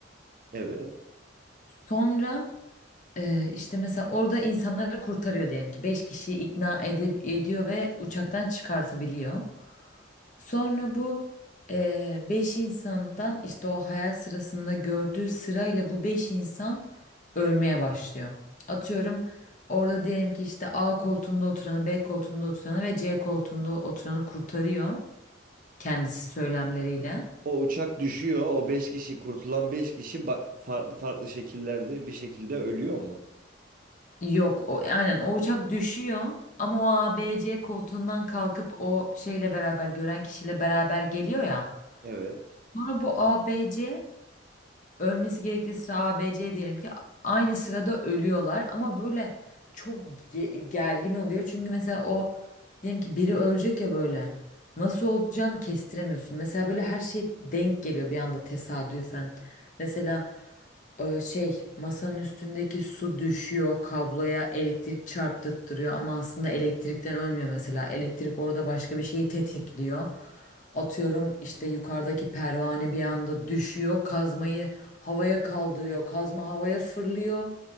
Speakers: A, on the right; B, on the left.
A: Evet.
B: Sonra e, işte mesela orada insanları kurtarıyor diyelim ki 5 kişiyi ikna edeb- ediyor ve uçaktan çıkartabiliyor. Sonra bu eee, beş insandan işte o hayal sırasında gördüğü sırayla bu beş insan ölmeye başlıyor. Atıyorum orada diyelim ki işte A koltuğunda oturanı, B koltuğunda oturanı ve C koltuğunda oturanı kurtarıyor kendisi söylemleriyle.
A: O uçak düşüyor. O beş kişi kurtulan beş kişi ba- farklı farklı şekillerde bir şekilde ölüyor mu?
B: Yok o aynen o uçak düşüyor ama o A, B, C koltuğundan kalkıp o şeyle beraber gören kişiyle beraber geliyor ya.
A: Evet.
B: Sonra bu A, B, C ölmesi gerektiği sıra A, B, C diyelim ki aynı sırada ölüyorlar ama böyle çok ge- gergin oluyor. Çünkü mesela o diyelim ki biri ölecek ya böyle nasıl olacağını kestiremiyorsun. Mesela böyle her şey denk geliyor bir anda tesadüfen. Mesela e, şey masanın üstündeki su düşüyor kabloya elektrik çarptırıyor ama aslında elektrikten ölmüyor mesela. Elektrik orada başka bir şeyi tetikliyor. Atıyorum işte yukarıdaki pervane bir anda düşüyor, kazmayı havaya kaldırıyor, kazma havaya fırlıyor.